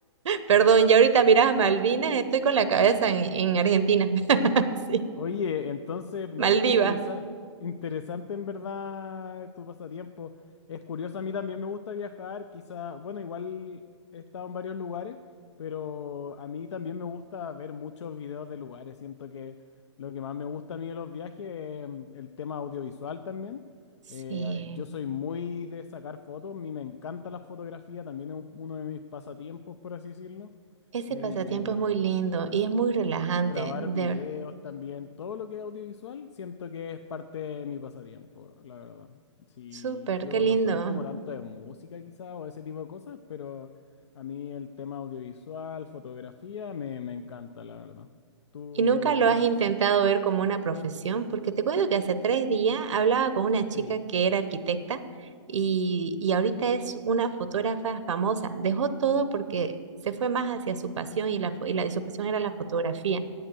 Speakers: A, on the right; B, on the left.
A: <laughs> Perdón, y ahorita miras a Malvinas, estoy con la cabeza en, en Argentina. <laughs> Sí,
B: Oye, entonces, no,
A: Maldivas.
B: pero interesa- interesante en verdad tu pasatiempo. Es curioso, a mí también me gusta viajar, quizá, bueno, igual he estado en varios lugares, pero a mí también me gusta ver muchos videos de lugares. Siento que lo que más me gusta a mí de los viajes es mm, el tema audiovisual también.
A: Sí.
B: Eh, yo soy muy de sacar fotos, a mí me encanta la fotografía, también es un- uno de mis pasatiempos, por así decirlo.
A: Ese
B: Eh,
A: pasatiempo es muy lindo y es muy relajante,
B: grabar
A: de
B: videos
A: ver-
B: también, todo lo que es audiovisual, siento que es parte de mi pasatiempo, la verdad. Si
A: súper,
B: yo
A: qué lindo.
B: no soy como tanto de música quizá o ese tipo de cosas, pero a mí el tema audiovisual, fotografía, me, me encanta, la verdad. Tú,
A: ¿Y nunca lo
B: en,
A: has intentado ver como una profesión? Porque te cuento que hace tres días hablaba con una
B: sí,
A: chica que era arquitecta y, y ahorita es una fotógrafa famosa. Dejó todo porque se fue más hacia su pasión y, la, fo- y, la, y su pasión era la fotografía.